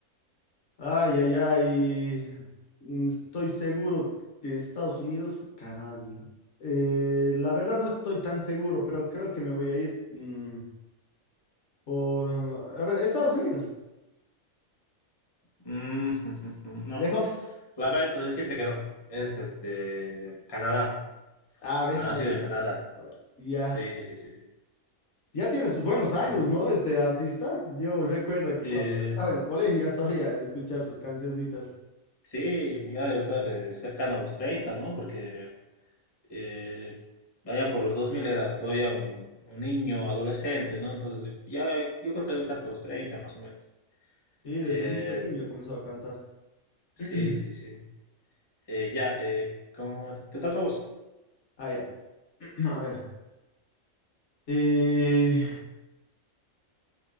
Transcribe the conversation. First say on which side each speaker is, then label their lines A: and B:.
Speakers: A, on the left; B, on the left.
A: ay, ay, ay. mm, Estoy seguro que Estados Unidos o Canadá. Eh, la verdad no estoy tan seguro, pero creo que me voy a ir mm, por. A ver, Estados Unidos.
B: Mm, <laughs> no,
A: ¿Lejos?
B: lamento decirte que no, es este, Canadá,
A: A ver,
B: ha nacido
A: algo también
B: en Canadá.
A: por ahí. Ya.
B: Sí, sí, sí, sí.
A: Ya tiene sus buenos años,
B: Ya.
A: ¿no? Este artista. Yo recuerdo que
B: Eh,
A: cuando estaba en el colegio ya solía escuchar sus cancioncitas.
B: sí, ya debe estar eh, cercano a los treinta ¿no? Porque eh, allá por los 2000 era todavía un, un niño, adolescente, ¿no? Entonces, ya yo creo que debe estar por los 30 más o menos.
A: Sí, desde
B: Eh,
A: muy pequeño ya comenzó a cantar.
B: sí,
A: <clears throat>
B: sí, sí, sí. Eh, ya, eh, ¿cómo te toca a vos?
A: Ah, ya. <clears throat> A ver. Eh,